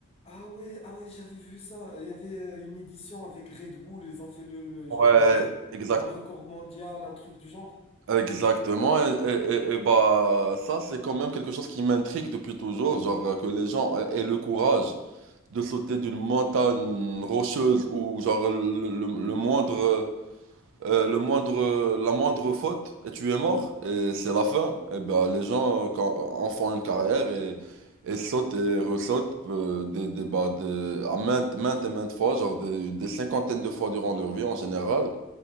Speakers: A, on the left (about 30°); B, on the right (about 60°).
A: Ah ouais, ah ouais, j'avais vu ça. Il y avait euh, une édition avec Red Bull, ils ont fait le, le
B: Ouais,
A: genre euh,
B: exact.
A: un record mondial, un truc du genre.
B: Exactement, et, et- et- et bah ça c'est quand même quelque chose qui m'intrigue depuis toujours, genre euh, que les gens a- aient le courage de sauter d'une montagne rocheuse ou genre le, le- le moindre euh, euh, le moindre la moindre faute et tu es mort et c'est la fin. Et bah les gens euh, quand, en font une carrière et, et sautent et ressautent euh, des, des, bah, des- à maintes, maintes et maintes fois, genre des, des cinquantaines de fois durant leur vie en général.